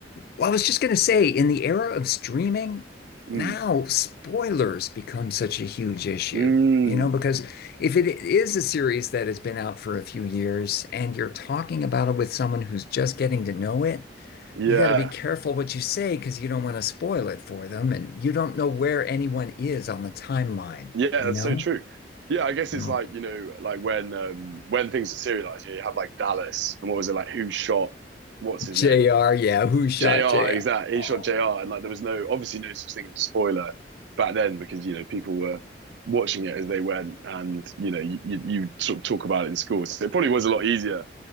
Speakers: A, on the left; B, on the right.
A: Well, I was just going to say, in the era of streaming,
B: Mm,
A: now spoilers become such a huge issue.
B: mm,
A: You know, because if it is a series that has been out for a few years and you're talking about it with someone who's just getting to know it,
B: yeah,
A: you got to be careful what you say because you don't want to spoil it for them and you don't know where anyone is on the timeline,
B: yeah. That's
A: you know?
B: so true. Yeah, I guess
A: So,
B: it's like you know like when um when things are serialized, you, know, you have like Dallas and what was it like? Who shot? What's his
A: JR,
B: name?
A: yeah, who shot
B: JR,
A: JR?
B: exactly.
A: Oh.
B: He shot JR, and like there was no, obviously, no such thing as a spoiler back then because you know people were watching it as they went, and you know you, you, you sort of talk about it in school, so it probably was a lot easier